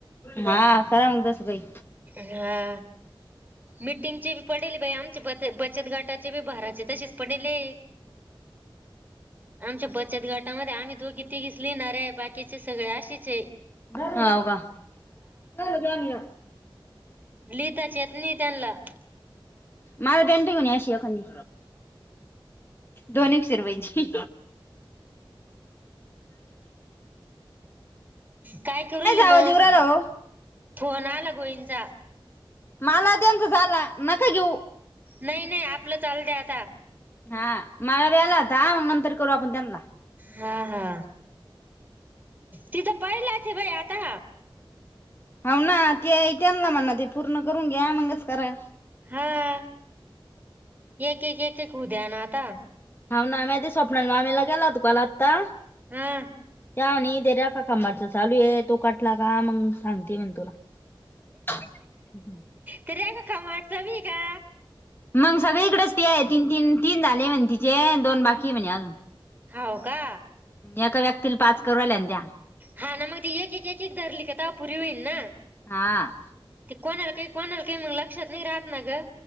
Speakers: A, on the left; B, on the right.
A: हा खरा म्ह दस काई
B: हा मिीटिंगचे पडेल बाई आमचे ब बचत गाटाचे ब भाराचे तसेच पडेले आमच्या बचत घाटामध्ये आम्ही दोघी त घसली ने बाकीचे सगळे पाशीचे
A: व काणी
B: लिता तनी त्यांला
A: मझ पनट होणी अशी अखंडी दोन शिरवाईची
B: काय करली
A: आवाज
B: मग
A: येऊ राहिला ओ?
B: ोन आला होंज
A: मला अतंत झाला नका घेऊ
B: नाही नाही आपलं चालू दे आता
A: हा मला व्यालाता नंतर करू आपण त्यांला
B: हा हा तिथं पहिलाच बाई आता
A: होा ना ते आणला म्हणणा ते पूर्ण करून घ्या मगच करा
B: हा एक एक एक एककु द्या ना आता
A: हा ना मा ती स्वप्न मामेला गेला होतो काला आत्ता
B: हा
A: त्यानी ते र का काांबाडचं चालू ये तो काटला का मग सांगते म्हण तुला हम्म
B: त र्या का खमाटचा बी का
A: मग सगळीकडेच ते आहे तीन तीन तीन झाले म्हणे तिचे दोन बाकी म्हणे अजून
B: होा हो का
A: एका व्यक्तीला पाच करवाल्यान द्या
B: हा ना मग ती एक एक एक एक धरली कातापरी होईन ना.
A: हा
B: कोणाला काही कोणाला काही मग लक्षात नाही राहत ना गं.